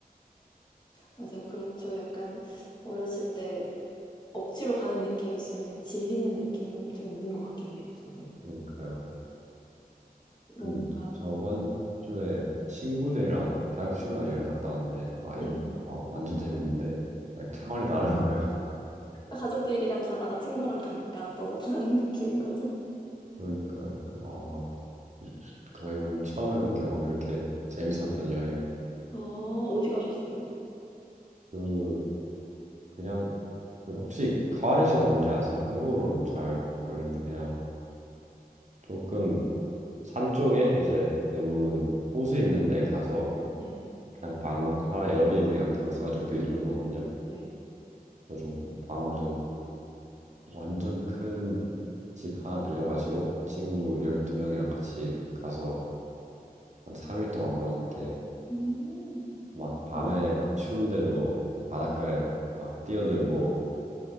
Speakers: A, on the left (about 30°); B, on the right (about 50°).
A: 맞아요. 그렇죠. 약간 어렸을 때 억지로 가는 느낌이 있으면 질리는 느낌 좀 있는 것 같긴 해요, 저도.
B: 그러니까요.
A: 뭔가,
B: 근데 저번 주에 친구들이랑 대학교 친구랑 여행 갔다 왔는데 아
A: 네.
B: 이건 어, 완전 재밌는데 막 차원이 다른 거예요.
A: 가족들이랑 가다가 친구랑 가니까 또 다른 <laughs> 느낌인 거죠.
B: <laughs> 그러니까 어막 거의 완전 처음 해본 경험 이렇게 재밌었던 여행
A: 아, 어디 가셨어요?
B: 그 그냥 그 혹시 카와르시가 뭔지 아세요? 한국어로는 잘 모르겠는데 그냥 조금 산 쪽에 이제 대부분 호수 있는 데 가서
A: 네.
B: 그냥 방 하나 에어비앤비
A: 아,
B: 같은 걸 써가지고 빌리는 거거든요.
A: 네.
B: 그래서 방 완전 완전 큰 집 하나 빌려가지고 친구 12명이랑 같이 가서 한 3일 동안 놀았는데
A: 음,
B: 막
A: 어,
B: 밤에
A: 재밌겠다.
B: 추운데도 바닷가에 막 뛰어들고